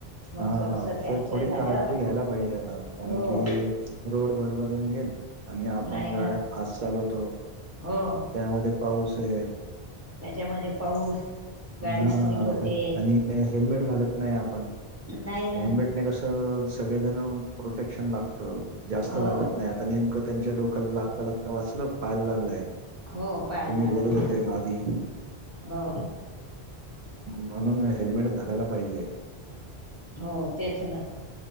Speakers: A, on the right; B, on the right.
A: मग
B: हा
A: थोडंसं फ्रॅक्चर
B: तर थोडी
A: झालं
B: काळजी घ्यायला पाहिजे आता कारण
A: हो
B: की रोड बरोबर नाही आहेत आणि आपण
A: नाही
B: गाड्या
A: ना
B: फास्ट चालवतो
A: हो
B: त्यामध्ये पाऊसय.
A: त्याच्यामध्ये पाऊस गाडी
B: हा
A: स्लिप होते
B: आणि ते हेल्मेट घालत नाही आपण.
A: नाही ना
B: हेल्मेटने कसं सगळेजण प्रोटेक्शन लागतं जास्त
A: हो
B: लागत नाही आ तर नेमकं त्यांच्या डोक्याला लागता लागता वाचल पायाला लागलंय.
A: हो पाळायला
B: तुम्ही
A: लागलं
B: बोलत होते मग आधी.
A: हो
B: म्हणून हेल्मेट घालायला पाहिजे
A: हो तेच ना